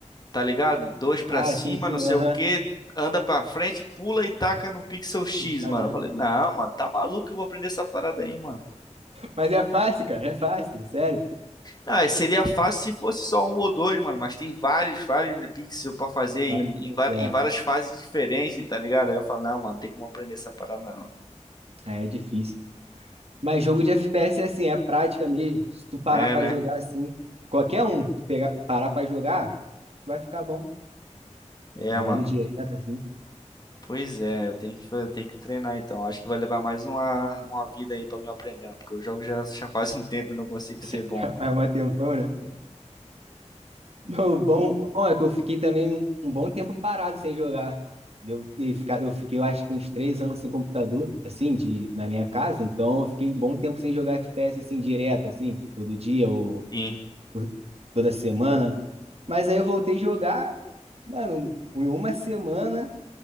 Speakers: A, on the left; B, on the right.
A: tá ligado? Dois pra
B: Ah,
A: cima,
B: sim, sim,
A: não sei
B: aham.
A: o que, anda pra frente, pula e taca no pixel X,
B: E taca
A: mano. Eu
B: no
A: falei,
B: pixel.
A: não, mano, tá maluco, eu vou aprender essa parada aí, mano.
B: Mas é fácil, cara, é fácil, sério.
A: Ah, seria fácil se fosse só um ou dois, mano. Mas tem vários, vários né, pixels pra fazer em,
B: Vários pontos,
A: em va-
B: é.
A: em várias fases diferentes, tá ligado? Aí eu falo, não, mano, não tem como aprender essa parada, não.
B: É difícil. Mas jogo de FPS é assim, é prática mesmo. Se tu parar
A: É,
B: pra
A: né?
B: jogar assim, qualquer um, tu pegar, parar pra jogar, tu vai ficar bom.
A: É,
B: Jogando
A: mano.
B: direto assim,
A: Pois é, eu tenho que, fa- eu tenho que treinar então. Acho que vai levar mais uma, uma vida aí pra me aprender, mano, porque o jogo já, já faz um tempo e não consigo ser
B: <laughs>
A: bom, mano.
B: faz um tempão, né? Não, o bom, o bom é que eu fiquei também um, um bom tempo parado sem jogar. Eu, eu, ficar, eu fiquei, eu acho que uns três anos sem computador, assim, de, na minha casa, então eu fiquei um bom tempo sem jogar FPS, assim, direto, assim, todo dia ou,
A: Sim.
B: ou toda semana. Mas aí eu voltei a jogar, mano, em uma semana